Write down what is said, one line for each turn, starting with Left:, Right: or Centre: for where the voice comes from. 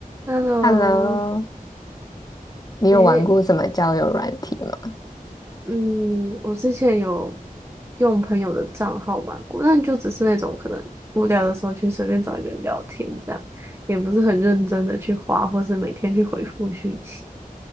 Right: Hello，
Left: Hello，你有玩过什么交友软体吗？
Right: 诶，嗯，我之前有用朋友的账号玩过，但就只是那种可能无聊的时候去随便找一个人聊天，这样也不是很认真的去划，或是每天去回复讯息。